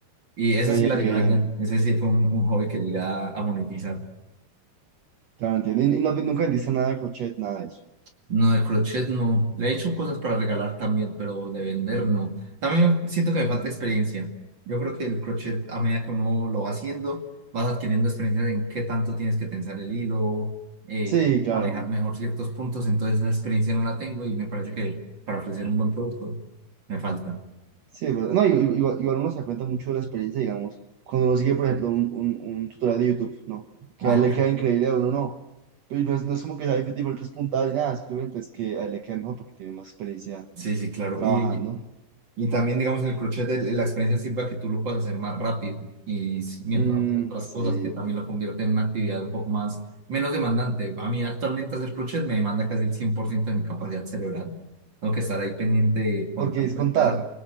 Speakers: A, on the right; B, on the right.
A: Y esa
B: Qué
A: sí
B: bien,
A: la
B: qué
A: llegué a
B: bien.
A: hacer. Ese sí fue un, un hobby que llegué a, a monetizar.
B: Claro, entiendo. Y, y no- nunca vendiste nada de crochet, nada de eso.
A: No, el crochet no. Le he hecho cosas para regalar también, pero de vender no. También siento que me falta experiencia. Yo creo que el crochet, a medida que uno lo va haciendo, vas adquiriendo experiencia en qué tanto tienes que tensar el hilo, eh,
B: Sí, claro.
A: manejar mejor ciertos puntos. Entonces esa experiencia no la tengo y me parece que para ofrecer un buen producto me falta.
B: Sí, es verdad. No, igu- igu- igual, igual uno se da cuenta mucho de la experiencia, digamos, cuando uno sigue, por ejemplo, un, un, un tutorial de YouTube, ¿no? Que
A: Ajá,
B: a él le queda increíble, a uno no. Pero no es, no es como que sea diferentes puntadas ni nada, simplemente es que a él le queda mejor porque tiene más experiencia
A: sí, sí, claro.
B: trabajando.
A: Y, y también, digamos, en el crochet el- la experiencia sirve a que tú lo puedas hacer más rápido y s- mientras
B: Mm,
A: de otras
B: sí,
A: cosas que también lo convierten en una actividad un poco más, menos demandante. A mí actualmente hacer crochet me demanda casi el 100% de mi capacidad cerebral. Tengo que estar ahí pendiente de contar,
B: porque es
A: de
B: contar,
A: dar-